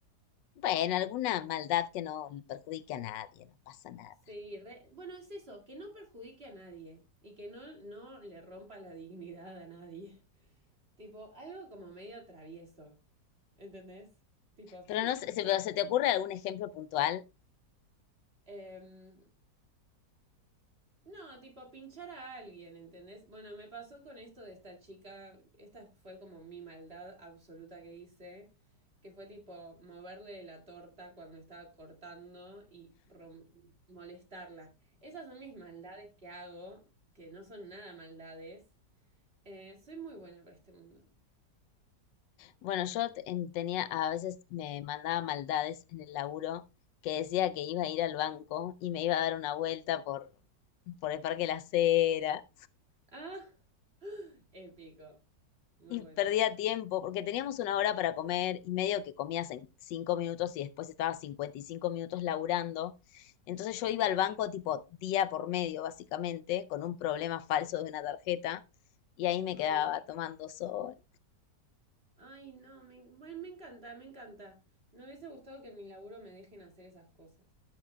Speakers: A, on the left (about 90°); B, on the right (about 35°).
A: Bueno, alguna maldad que no perjudique a nadie, no pasa nada.
B: Sí, re- bueno, es eso, que no perjudique a nadie y que no, no le rompa la dignidad a nadie. <laughs> Tipo, algo como medio travieso, ¿entendés? Tipo,
A: Pero
B: <laughs>
A: no sé, ¿se- pero ¿se te ocurre algún ejemplo puntual?
B: em, No, tipo pinchar a alguien, ¿entendés? Bueno, me pasó con esto de esta chica, esta fue como mi maldad absoluta que hice, que fue tipo moverle la torta cuando estaba cortando y rom- molestarla. Esas son mis maldades que hago, que no son nada maldades. Eh, soy muy buena para este mundo.
A: Bueno, yo te- en- tenía, a veces me mandaba maldades en el laburo que decía que iba a ir al banco y me iba a dar una vuelta por, por el Parque La Cera
B: Ah, épico. Muy
A: y
B: bueno.
A: perdía tiempo porque teníamos una hora para comer y medio que comías en cinco minutos y después estaba cinco minutos laburando. Entonces yo iba
B: Claro.
A: al banco tipo día por medio, básicamente, con un problema falso de una tarjeta y ahí me
B: Ay,
A: quedaba
B: no.
A: tomando sol.
B: Ay, no, me, bueno, me encanta, me encanta. Me hubiese gustado que en mi laburo me dejen hacer esas cosas.